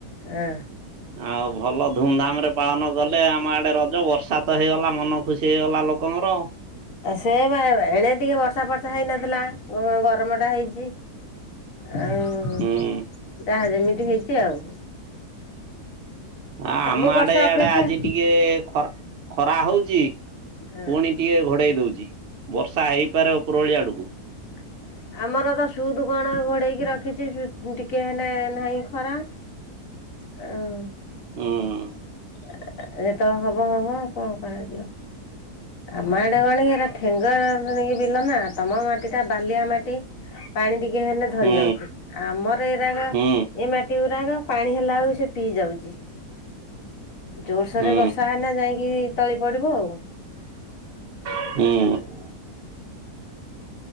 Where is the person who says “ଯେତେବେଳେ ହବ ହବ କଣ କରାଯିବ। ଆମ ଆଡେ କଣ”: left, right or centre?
Left